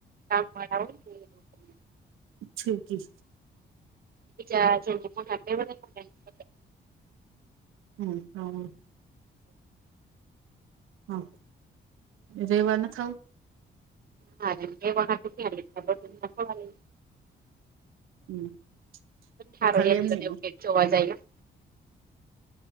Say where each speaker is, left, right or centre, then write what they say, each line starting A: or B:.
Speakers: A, on the right (about 45°); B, on the right (about 85°).
A: કામ વાળા હોય ને એ લોકોને
B: છેીકી.
A: બજ છેને હાેધ.
B: હમ હમ. હા રેવા ન ખાવું.
A: હા એ વા સુૂટ.
B: આવું
A: ઠારોનીવ.
B: તો ખાલી એમને
A: જોવા જાય ક.